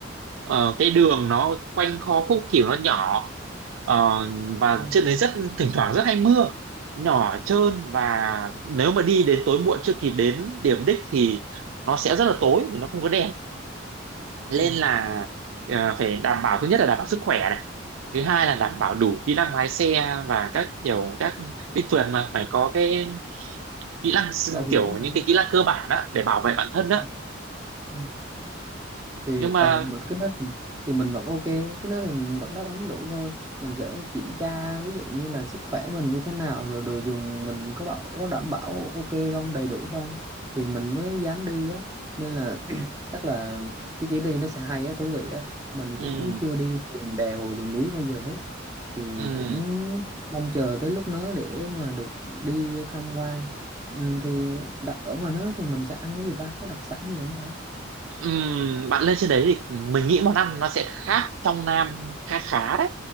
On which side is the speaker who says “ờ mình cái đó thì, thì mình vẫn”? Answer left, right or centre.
Right